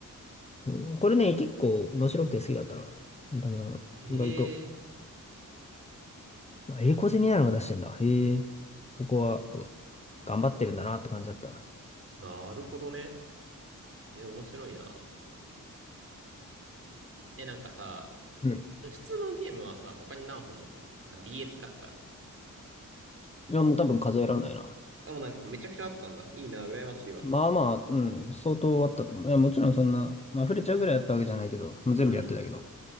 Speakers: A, on the left (about 20°); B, on the right (about 45°).
A: うんこれね、結構面白くて好きだったな。英単侍。
B: へえ、
A: 意外と。あ英語攻めなのが出してんだ。へえ。ここは頑張ってるんだなって感じだった。
B: なるほどね。え、面白いな。え、なんかさ、
A: うん。
B: 普通のゲームはさ、他に何本持ってたなんか DS だったら。
A: いや、もう多分数えらんないな。
B: あ、もうなんかめちゃくちゃあったんだ。いいな、羨ましいわ。
A: まあまあ、うん、相当あったと思う。いや、もちろんそんな、まあ、溢れちゃうぐらいやったわけじゃないけど、もう全部やってたけど。
B: うん。